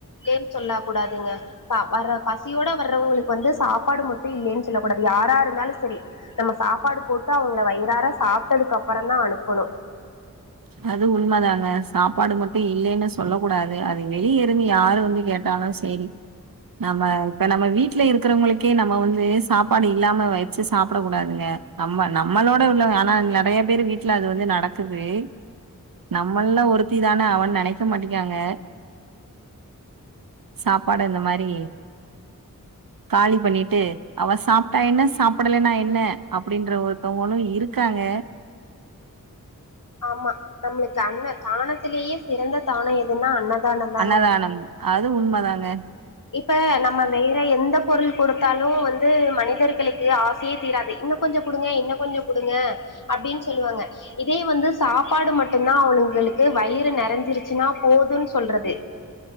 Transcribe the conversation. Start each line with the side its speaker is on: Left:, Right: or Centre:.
Left: லேன்னு சொல்லக் கூடாதுங்க ச வர்ற பசியோட வர்றவங்களுக்கு வந்து சாப்பாடு மட்டும் இல்லேன்னு சொல்லக் கூடாது யாரா இருந்தாலும் சரி நம்ம சாப்பாடு போட்டு அவுங்கள வயிறாற சாப்பிட்டதுக்கு அப்புறம் தா அனுப்பணும்
Right: அது உண்ம தாங்க சாப்பாடு மட்டும் இல்லேன்னு சொல்லக் கூடாது அது வெளியே இருந்து யாரு வந்து கேட்டாலு சேரி நம்ம இப்ப நம்ம வீட்டுல இருக்கிறவங்களுக்கே நம்ம வந்து சாப்பாடு இல்லாம வச்சு சாப்பிடக் கூடாதுங்க நம்ம நம்மளோட உள்ளவ ஆனா நெறைய பேரு வீட்ல அது வந்து நடக்குது நம்மள்ல ஒருத்தி தான அவ நெனைக்க மாட்டிகியாங்க சாப்பாட இந்த மாரி காலி பண்ணிட்டு அவ சாப்ட்டா என்ன சாப்படலனா என்ன அப்டின்ற ஒருத்தவங்களு இருக்காங்க
Left: ஆமா நம்மளுக்கு அன்ன தானத்திலயே சிறந்த தானம் எதுன்னா அன்னதான தாங்க
Right: அன்னதானம் அது உண்ம தாங்க
Left: இப்ப நம்ம வேற எந்த பொருள் குடுத்தாலும் வந்து மனிதர்களுக்கு ஆ சே தீராது இன்னு கொஞ்சம் குடுங்க இன்னு கொஞ்சம் குடுங்க அப்டின் சொல்லுவாங்க இதே வந்து சாப்பாடு மட்டு தா அவனுங்களுக்கு வயிறு நெறஞ்சிருச்சுன்னா போதுன் சொல்றது